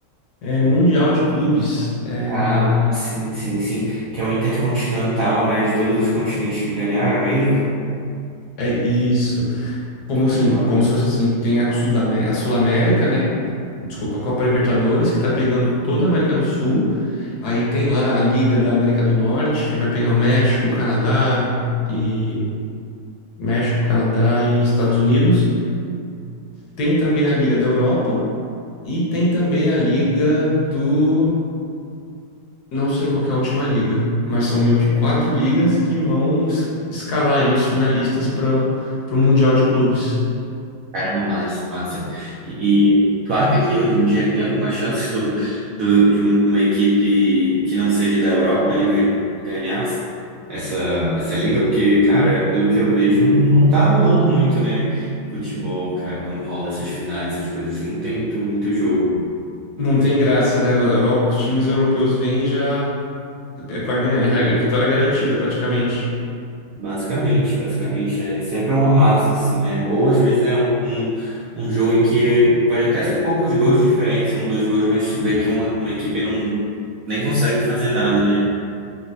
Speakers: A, on the left; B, on the right.
A: é, Mundial de Clubes. É,
B: Ah, sim, sim, sim. Que é o Intercontinental, né? De todos os continentes que ganharam, não é isso?
A: é isso. Como
B: Caramba,
A: assim?
B: legal.
A: Como se fosse assim, tem a Sudamé- a Sul-América, né? Desculpa, a Copa Libertadores, que tá pegando toda a América do Sul. Aí tem lá a Liga da América do Norte, que vai pegar o México, o Canadá e México, Canadá e Estados Unidos. Tem também a Liga da Europa e tem também a Liga do não sei qual que é a última liga, mas são meio que quatro ligas que vão es- escalar aí os finalistas para o Mundial de Clubes.
B: Caramba, massa, massa. E tu acha que hoje em dia tem alguma chance do, do- de um- uma equipe que não seja da Europa ali gan- ganhar essa, essa liga? Porque, cara, pelo que eu vejo, não, não tá rolando muito, né? Futebol, cara, quando rola essas finais, essas coisas assim, não tem muito, muito jogo.
A: Não tem graça, né? O- Euro- Os times europeus vêm e já é pra ganhar, já é vitória garantida praticamente.
B: Basicamente, basicamente. É sempre uma massa, assim, né? Ou às vezes é um, um, um jogo em que pode até ser poucos gols de diferença, um, dois gols, mas vê que uma, uma equipe não nem consegue fazer nada, né?